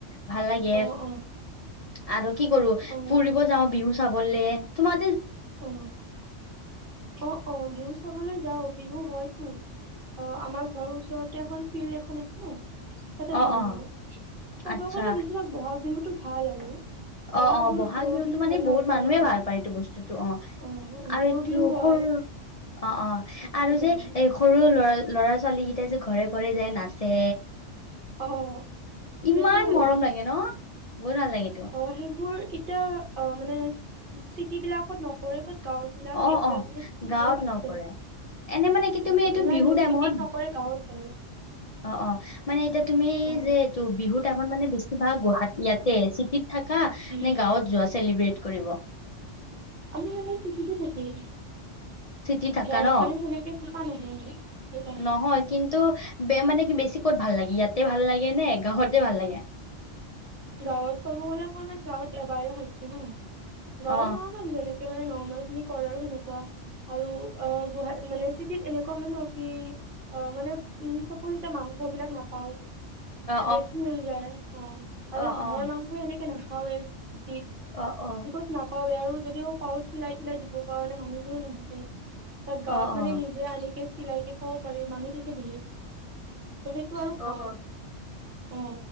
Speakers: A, on the left; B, on the right.
A: ভাল লাগে।
B: অ', অ',
A: আৰু কি কৰো
B: অ',
A: ফুৰিব যাওঁ বিহু চাবলে তোমাৰ
B: অ অ অ বিহু চাবলৈ যাও, বিহু হয়তো। অ আমাৰ ঘৰৰ ওচৰতে এখন ফিল্ড এখন আছে ন। তাতে
A: অ
B: বিহু
A: অ
B: হয়, ক'ব
A: আচ্ছা
B: গ'লে বেছিভাগ বহাগ বিহুটো ভাল আৰু।
A: অ অ
B: বিহুত
A: ব'হাগ
B: গৰু
A: বিহুতো
B: বিহু
A: মানে
B: হয় ন
A: বহুত
B: গৰু
A: মানুহে
B: অ',
A: ভাল পায় এইটো বস্তুত। অ
B: অ',
A: আৰু
B: গৰু
A: এইটো
B: বিহু হয়
A: সৰু অ অ আৰু
B: সেইকাৰণে
A: যে এই সৰু ল'ৰা ল'ৰা -ছোৱালী কেইটাই যে ঘৰে ঘৰে যাই নাচে,
B: অ', সেইটোও
A: ইমান
B: ভাল
A: মৰম লাগে ন বহুত ভাল লাগে তেওঁ।
B: অ', সেইবোৰ এতিয়া অ মানে চিটি বিলাকত নকৰে বাত গাঁও বিলাক
A: অ
B: এৰিয়াত
A: অ
B: মানে সেইটো
A: গাঁৱত
B: এতিয়াও আছে।
A: নকৰে এনে মানে কি তুমি
B: উ
A: এইটো
B: নাই
A: বিহু
B: নাই
A: টাইমত
B: চিটিত নকৰে গাঁৱত কৰে।
A: অ অ মানে এতিয়া তুমি
B: অ',
A: যে এইটো বিহুৰ টাইমত মানে বেছিভাগ গুৱাহাটী ইয়াতে চিটিত থাকা
B: উম,
A: নে গাঁৱত যোৱা চেলিব্ৰেট কৰিব?
B: আমি মানে চিটিতে থাকিম,
A: চিটি থাকা
B: গাঁৱত
A: ন
B: মানে সেনেকে থকা নহয়। সেইকাৰণে
A: নহয় কিন্তু বে মানে কি বেছি বেছি ক'ত ভাল লাগে ইয়াতে ভাল লাগে নে গাঁওতে ভাল লাগে?
B: গাঁৱত কব গ'লে মই মানে গাঁৱত এবাৰ খছো হা গাঁৱত
A: অ
B: ন মান গলে মানে নৰ্মেল খিনি কৰে আৰু সেনেকুৱা, আৰু অ গোসা মানে চিতিত এনেকুৱা হয় ন কি অ মানে উম চবকুৰিতে মাংস বিলাক নাপাই।
A: অ
B: বেছি হৈ যায় অ। আৰু
A: অ
B: হাঁহৰ
A: অ।
B: মাংস এনেকে নাখাওৱে <unintelligible>
A: অ অ
B: বিকজ নাপাওে আৰু যদিও পাওঁ চিলাই চিলাই দিব পাও মানে মানুহ জোৰো নাথাকে তাত গাঁৱত
A: অ অ অ
B: মানে নিজে আনকে চিলাইকে খাব পাৰি মানুহ থাকে বহুত সেইটো আৰু ভাল।
A: অ অ
B: অ